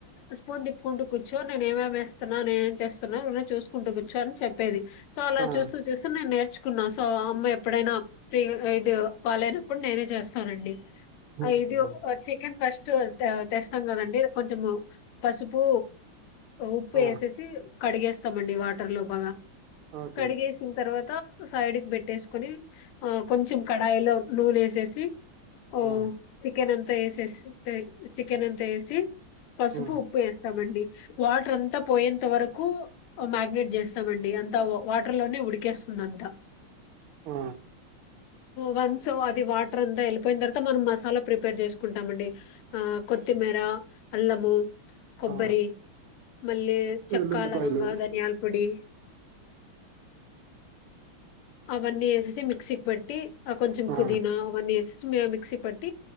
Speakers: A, on the left; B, on the right.
A: స్పూన్ తిప్పుకుంటూ కూర్చో నేనునేమేమిేస్తున్నా నేనే ఏం చేస్తున్నా చూసుకుంటూ కూర్చో అని చెప్ప ప్పేది సో అలా
B: ఆ
A: చూ చూస్తే నే నేర్చు తీకున్నా సో అమ్మ ఎప్పుడైనా ఫ్రీ ఇది బాలేనప్పుడు నేనే చేస్తానండి
B: ఓకే
A: ఇది
B: అండి
A: చికెన్ ఫస్ట్ తెస్తాం కదండి కొంచము పసుపు ఉప్పు
B: ఆ
A: వేసేసి కడిగేస్తామండి వాటర్ లో బాగా
B: ఓకే
A: కడిగేసిన
B: అండి
A: తర్వాత సైడ్ క పెట్టేసుకుొని ఆ కొంచం కడాయిలో నూలు వేసేసి ఓ
B: ఆ
A: చికెన్ అంత ేసే చికెన్ అంతయేసి పసుపు
B: ఆ
A: ఉప్పు వేస్తామండి వాటర్ అంతా పోయేంత వరకు మ్యాగ్ినేట్ చేస్తామండి అంతా వాటర్ లోనే ఉడికేస్తుంది అంతా
B: ఆ
A: వన్స్ అది వాటర్ అంతా వెళ్ళిపోయిన తర్వాత మనం మసాలా ప్రిపేర్ చేసుకుంటామండి ఆ కొత్తిమిర అల్లబూ కొబ్బరి
B: ఆ
A: మళ్ళీ చెక్క
B: వెల్లుల్లిపాయలు
A: లవంగ ధనియాల పొడి అవన్నీ వేసేసి మిక్సీకి పెట్టి కొంచం
B: ఆ
A: కుదీనా వన్ ఇయర్స్ మిక్సీ పట్టి